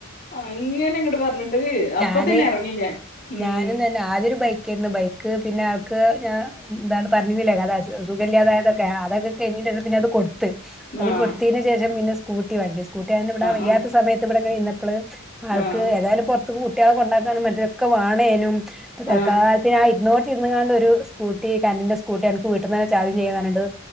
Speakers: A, on the left (about 45°); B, in the centre.
A: അങ്ങന അങ്ങട് പറഞ്ഞിട്ട് അപ്പൊ
B: ഞാന്
A: തന്നെ എറങ്ങി ഞാൻ ഉം
B: ഞാനും തന്നെ ആദ്യൊരു ബൈക്കെയിരുന്നു ബൈക്ക് പിന്നെ ആൾക്ക് ഞാൻ ന്താണ് പറഞ്ഞിനില്ലേ കഥ സുഖല്ല്യാതായതൊക്കെ, ആഹ്. അതൊക്കെ കഴിഞ്ഞിട്ട് അത് പിന്നെ അത് കൊടുത്ത്.
A: ആഹ്
B: അത്
A: ആഹ്
B: കൊടുത്തീന്റെ ശേഷം പിന്നെ സ്കൂട്ടി വാങ്ങി. സ്കൂട്ടി വാങ്ങ <unintelligible> ഇവിടെ വയ്യാത്ത
A: ആഹ് ആഹ്
B: സമയത്ത് ഇബടെങ്ങനെ ഇരുന്നപ്പള് ആൾക്ക്
A: ആഹ്
B: ഏതായാലും പൊർ കുട്ട്യാളെ കൊണ്ടാക്കാനും മറ്റേനൊക്കെ വാണേനും. ഇപ്പൊ തൽകാല
A: ആഹ്
B: പിന്നെ ആ ഇരുന്നോട്ത്തിര്ന്ന്കാണ്ട് ഒരു സ്കൂട്ടീ കറന്റിന്റെ സ്കൂട്ടി അൻക്ക് വീട്ട്ന്നെന്നെ ചാർജും ചെയ്യാ പർഞ്ഞാണ്ട്